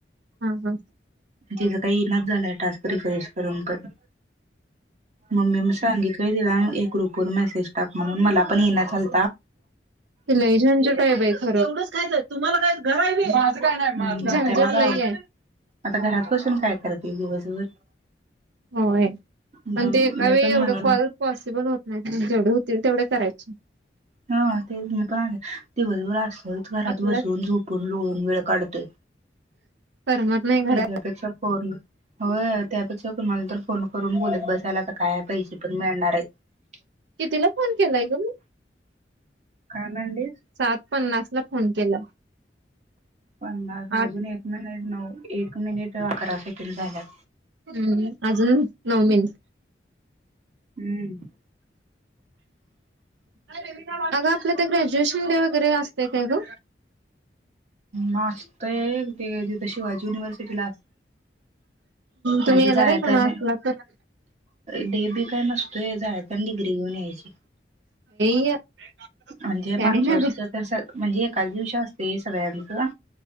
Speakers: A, on the right; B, on the right.
A: हा हा
B: तिचा काही येईनाच झालाय टास्क. रिफ्रेश करून पण मग मी सांगितलंय तिला एक ग्रुप वर मेसेज टाक म्हणून मला पण पण येईना झालं.
A: ते लई झंझट आहे बाई खरं. तुम्हाला काय घरा आहे का माझ काय नाही.
B: मग
A: झंझट
B: त्याला
A: लई
B: काय
A: आहे.
B: आता घरात बसून काय करतील दिवसभर
A: होय,
B: मग
A: पण ते एका
B: मी
A: वेळी
B: पण
A: एवढे
B: म्हणून
A: कॉल पॉसिबल होत नाही. जेवढे होतील तेवढेच करायची
B: हा तेच मी पण ते दिवसभर असते. लईच घरात
A: आपल्याला
B: बसून, झोपून, लोळून वेळ काढतोय.
A: करमत नाही घरात
B: त्याच्यापेक्षा फोन. होय! त्यापेक्षा कोणाला तरी फोन करून बोलत बसायला काय पैसे पण मिळणार आहेत.
A: कितीला फोन केलाय ग?
B: काय म्हणलीस
A: सात पन्नास ला फोन केला.
B: पन्नास
A: आठ
B: अजून एक मिनिट नऊ, एक मिनिट अकरा सेकंड झाल्यात.
A: हम्म अजून नऊ मिनिट.
B: हम्म
A: अगं आपल्या ते ग्रॅज्युएशन शिंडे <unintelligible> वगैरे असते का ग?
B: मस्तय, तिथं शिवाजी युनिव्हर्सिटीला म्हणजे
A: तुम्ही येणार
B: जायाच
A: आहे का मग
B: नाही.
A: असला तर
B: डी बी काय नसतोय जायाच अन डिग्री घेऊन यायची.
A: <unintelligible>
B: म्हंजे
A: काय
B: मागच्या
A: ना
B: वर्षीचा
A: ग
B: त स म्हंजे एकाच दिवशी असते सगळ्यां का?